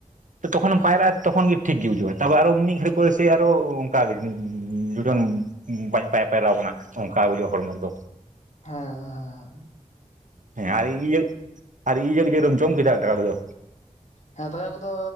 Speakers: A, on the right; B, on the left.
A: ᱛᱚ ᱛᱚᱠᱷᱮᱢ ᱯᱟᱭᱨᱟᱜᱼᱟ ᱛᱚᱠᱷᱚᱱ ᱜᱮ ᱴᱷᱤᱠ ᱜᱮ ᱵᱩᱡᱷᱩᱜᱼᱟ ᱛᱮ ᱟᱨᱚ ᱢᱤᱫ ᱜᱷᱟᱹᱲᱤᱡ ᱯᱚᱨ ᱥᱮ ᱟᱨᱚ ᱚᱱᱠᱟᱜᱮ ᱡᱩᱡᱚᱱ ᱵᱟᱹᱧ ᱯᱟᱭ-ᱯᱟᱭᱨᱟᱣ ᱠᱟᱱᱟ ᱚᱱᱠᱟ ᱜᱮ ᱵᱩᱡᱩᱜ ᱦᱚᱲᱢᱚ ᱫᱚ᱾
B: ᱦᱮᱸ ᱦᱮᱸᱻ
A: ᱦᱮᱸ ᱟᱨ ᱤᱭᱟᱹ ᱟᱨ ᱤᱭᱟᱹ <unintelligible> ᱡᱚᱢ ᱠᱮᱫᱟ ᱫᱟᱠᱟ ᱠᱚᱫᱚᱼᱼ
B: ᱦᱮᱸ ᱫᱟᱠᱟ ᱠᱚᱫᱚ